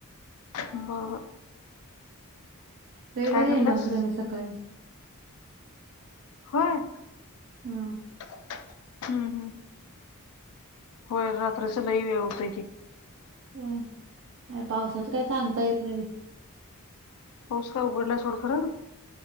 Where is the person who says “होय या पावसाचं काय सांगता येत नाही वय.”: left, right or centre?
Right